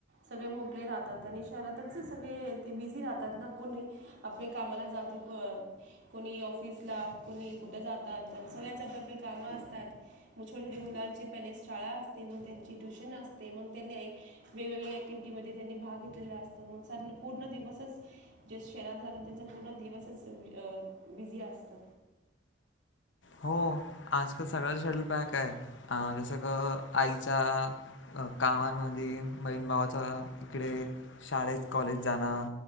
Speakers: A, on the right; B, on the left.
A: सगळे मोकले राहतात आणि शहरातच सगळे ते बिझी राहतात ना. कोणी आपले कामाला जातो, को कोणी ऑफिसला कोणी कुठे जातात सगळ्यांच आपल्यापले कामं असतात मग छोटे छोटे मुलांची पले शाळा असते मग त्यांची ट्युशन असते मग त्यांनी वेगवेगळे क्टिव्हटीमध्येध्ये त्यांनी भाग घेतलेला असतं मग स पूर्ण दिवसच जे शहरात राहतात त्यांचा पूर्ण दिवसच बिझी असत
B: हो आजकाल सगळ्याचा शेड्यूल पॅ काय जसं क आईचा अ कामांमध्ये बहीण भावाचा इकडे शाळेत कॉलेज जाणं